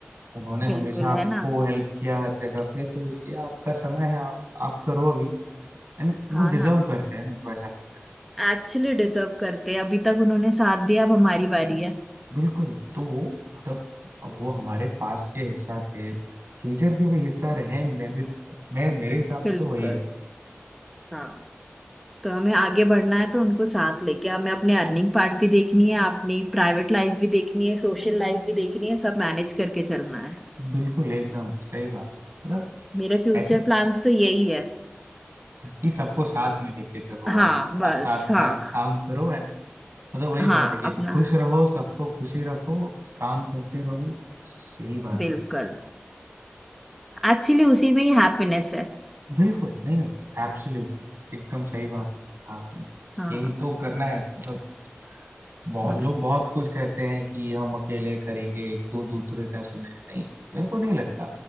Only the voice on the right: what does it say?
उन्होंने
हमेशा आपको
हेल्प किया हर जगह पे तो ये आपका समय है आप आप करो अभी एंड
वो डिजर्व
करते हैं मेरे को ऐसा लगता है
बिल्कुल तो वो मतलब अब वो हमारे पास्ट के हिस्सा थे फ्यूचर के भी हिस्सा रहे मैं भी मैं मेरे हिसाब
से तो वही है
बिल्कुल एकदम सही बात मतलब
ऐसे
कि सबको साथ में लेके चलो
और
साथ
साथ काम करो एंड मतलब वही
बात है कि
खुश रहो सबको खुशी रखो काम करते रहो सही बात
है
बिल्कुल नहीं नहीं एब्सोल्युटली एकदम सही बात कहा आपने
यही तो करना है मतलब बहुत
लोग बहुत कुछ कहते हैं कि हम अकेले करेंगे क्यों दूसरे का सुने नहीं मेरे को नहीं लगता